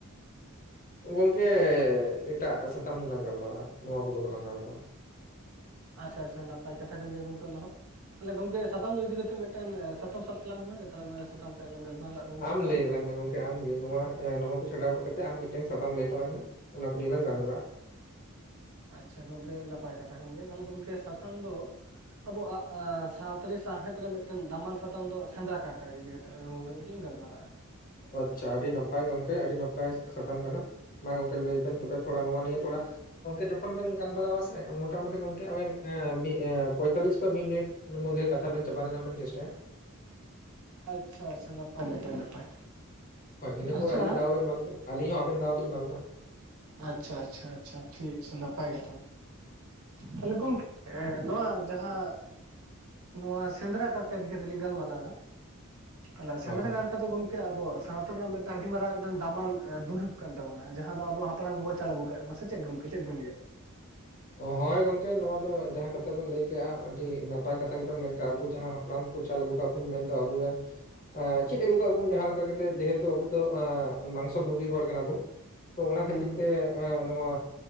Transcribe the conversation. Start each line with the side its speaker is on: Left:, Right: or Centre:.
Left: ᱜᱚᱝᱠᱮ ᱮᱴᱟᱜ ᱥᱟᱛᱟᱢ ᱱᱤᱭᱮᱞᱟᱝ ᱜᱟᱞᱢᱟᱨᱟᱜᱼᱟ ᱱᱚᱣᱟ ᱠᱚᱫᱚ ᱵᱟᱞᱟᱝ ᱜᱟᱞᱢᱟᱨᱟᱜᱼᱟ ᱾
Right: ᱟᱪᱪᱷᱟ ᱟᱪᱪᱷᱟ ᱱᱟᱯᱟᱭ ᱠᱟᱛᱷᱟ ᱠᱟᱱ ᱜᱮᱭᱟ ᱜᱚᱝᱠᱮ ᱚᱱᱟ ᱦᱚᱸ ᱛᱟᱦᱞᱮ ᱜᱚᱝᱠᱮ ᱥᱟᱛᱟᱢ ᱫᱚ ᱤᱫᱤ ᱠᱟᱛᱮᱜ ᱢᱤ ᱴᱮᱱ ᱮ ᱥᱟᱛᱟᱢ ᱥᱟᱵ ᱛᱟᱞᱟᱝ ᱢᱮ ᱛᱟᱦᱞᱮ ᱚᱱᱟ ᱥᱟᱛᱟᱢ ᱛᱮ ᱞᱟᱝ ᱜᱟᱞᱢᱟᱨᱟᱜᱼᱟ ᱜᱚᱝᱠᱮ
Left: ᱟᱢ
Right: ᱛᱟᱦᱚᱞᱮ
Left: ᱞᱟᱹᱭ ᱛᱟᱞᱟᱝ ᱢᱮ ᱜᱚᱝᱠᱮ ᱾ ᱟᱢᱜᱮ ᱱᱚᱣᱟᱸ ᱮᱸ ᱱᱚᱣᱟ ᱠᱚ ᱪᱷᱟᱰᱟᱣ ᱜᱚᱫ ᱠᱟᱛᱮ ᱟᱢ ᱢᱤᱫᱴᱮᱱ ᱥᱟᱛᱟᱢ ᱞᱟᱹᱭ ᱛᱟᱞᱟᱝ ᱢᱮ ᱚᱱᱟ ᱠᱚ ᱱᱤᱭᱮ ᱞᱟᱝ ᱜᱟᱞᱢᱟᱨᱟᱜᱼᱟ ᱾
Right: ᱟᱪᱪᱷᱟ ᱜᱚᱝᱠᱮ ᱱᱟᱯᱟᱭ ᱠᱟᱛᱷᱟ ᱠᱟᱱ ᱜᱮᱭᱟ ᱛᱟᱦᱞᱮ ᱜᱚᱝᱠᱮ ᱥᱟᱛᱟᱢ ᱫᱚ ᱟᱵᱚᱣᱟᱜ ᱥᱟᱶᱛᱟᱲᱤ ᱥᱟᱶᱦᱮᱫ ᱨᱮ ᱢᱤᱫᱴᱮᱱ ᱫᱟᱢᱟᱱ ᱥᱟᱛᱟᱢ ᱫᱚ ᱥᱮᱸᱫᱽᱨᱟ ᱠᱟᱨᱠᱟ ᱤᱫᱤᱠᱟ <unintelligible> ᱜᱟᱞᱢᱟᱨᱟ-ᱟ ᱾
Left: ᱟᱪᱪᱷᱟ ᱟᱹᱰᱤ ᱱᱟᱯᱟᱭ ᱜᱚᱝᱠᱮ ᱟᱹᱰᱤ ᱱᱟᱯᱟᱭ ᱥᱟᱛᱟᱢ ᱠᱟᱱᱟ ᱾ ᱢᱟ ᱜᱚᱝᱠᱮ ᱞᱟᱹᱭ ᱵᱮᱱ ᱛᱚᱵᱮ ᱛᱷᱚᱲᱟ ᱱᱚᱣᱟ ᱱᱤᱭᱟ ᱛᱷᱚᱲᱟ ᱾ ᱜᱚᱝᱠᱮ ᱡᱚᱠᱷᱚᱱ ᱵᱮᱱ ᱜᱟᱞᱢᱟᱨᱟᱣᱟ ᱥᱮ ᱢᱚᱴᱟᱢᱩᱴᱤ ᱜᱚᱝᱠᱮ ᱟᱵᱮᱱ ᱢᱤᱫ ᱯᱚᱭᱛᱟᱞᱞᱤᱥ ᱠᱷᱚᱡ ᱢᱤᱫ ᱢᱤᱱᱤᱴ ᱢᱚᱫᱽᱫᱷᱮ ᱠᱟᱛᱷᱟ ᱵᱮᱱ ᱪᱟᱵᱟ ᱨᱮᱱᱟᱜ ᱵᱮᱱ ᱪᱮᱥᱴᱟᱭᱟ
Right: ᱟᱪᱪᱷᱟ ᱟᱪᱪᱷᱟ ᱱᱟᱯᱟᱭ ᱱᱟᱯᱟᱭ ᱱᱟᱯᱟᱭ᱾
Left: ᱦᱳ ᱤᱱᱟᱯᱚᱨ
Right: ᱟᱪᱪᱷᱟ
Left: ᱟᱹᱞᱤᱧ ᱫᱟᱣ ᱵᱮᱱ ᱮᱢᱟᱞᱤᱧᱟ ᱟᱹᱞᱤᱧ ᱦᱚᱸ ᱟᱵᱮᱱ ᱫᱟᱣ ᱞᱤ ᱮᱢᱟᱵᱮᱱᱟ ᱾
Right: ᱟᱪᱪᱷᱟ ᱟᱪᱪᱷᱟ ᱟᱪᱷᱟ ᱴᱷᱤᱠ ᱟᱪᱮ ᱱᱟᱯᱟᱭ ᱠᱟᱛᱷᱟ, ᱛᱟᱦᱚᱞᱮ ᱜᱚᱝᱠᱮ ᱱᱚᱣᱟ ᱡᱟᱦᱟᱸ ᱱᱚᱣᱟ ᱥᱮᱸᱫᱽᱨᱟ ᱠᱟᱨᱠᱟ ᱤᱫᱤ ᱠᱟᱛᱮᱜ ᱞᱤᱧ ᱜᱟᱞᱢᱟᱨᱟᱣ ᱮᱫᱟ ᱾ ᱛᱟᱞᱮ ᱥᱮᱸᱫᱽᱨᱟ
Left: ᱦᱳᱭ ᱦᱳᱭ
Right: ᱠᱟᱨᱠᱟ ᱫᱚ ᱜᱚᱝ ᱟᱵᱭᱟ ᱥᱟᱶᱛᱟ ᱨᱮᱱᱟᱜ ᱢᱤᱫ ᱟᱹᱰᱤ ᱢᱟᱨᱟᱝ ᱫᱟᱢᱟᱱ ᱫᱩᱨᱤᱵ ᱠᱟᱱ ᱛᱟᱵᱚᱱᱟ ᱡᱟᱦᱟᱸ ᱫᱚ ᱟᱵᱚᱭᱟ ᱦᱟᱯᱲᱟᱢ ᱠᱚᱠᱚ ᱪᱟᱞ ᱟᱹᱜᱩ ᱟᱠᱟᱜ ᱠᱟᱱᱟ ᱥᱮ ᱪᱮᱫ ᱜᱚᱢᱞᱠᱮ ᱪᱮᱫ ᱵᱤᱱ ᱞᱟᱹᱭᱟ᱾
Left: ᱦᱳᱭ ᱜᱚᱝᱠᱮ ᱱᱚᱣᱟ ᱫᱚ ᱡᱟᱦᱟᱸ ᱠᱟᱛᱷᱟ ᱵᱮᱱ ᱞᱟᱹᱭᱠᱮᱭ-ᱟ ᱟᱹᱰᱤ ᱱᱟᱯᱟᱭ ᱠᱟᱛᱷᱟ ᱜᱮᱵᱮᱱ ᱢᱮᱱᱠᱟ ᱟᱵᱩ ᱡᱟᱦᱟᱸ ᱦᱟᱯᱲᱟᱢ ᱠᱚ ᱪᱟᱞ ᱟᱹᱜᱩ ᱟᱵᱩ ᱢᱮᱱᱫᱟ ᱟᱵᱚᱨᱮᱱ ᱪᱤᱫ ᱟᱹᱜᱩ ᱠᱟᱜ ᱵᱚᱱ ᱡᱟᱦᱟ ᱞᱮᱠᱟ ᱠᱟᱛᱮ ᱡᱮᱦᱮᱛᱩ ᱟᱵᱚ ᱫᱚ ᱢᱟᱝᱥᱚ ᱵᱷᱩᱜᱤ ᱦᱚᱲ ᱠᱟᱱᱟ ᱵᱩᱱ ᱾ ᱛᱚ ᱚᱱᱟ
Right: ᱦᱩᱸ
Left: ᱠᱷᱟᱛᱤᱨ
Right: ᱦᱩᱸ
Left: ᱛᱮ ᱱᱚᱣᱟ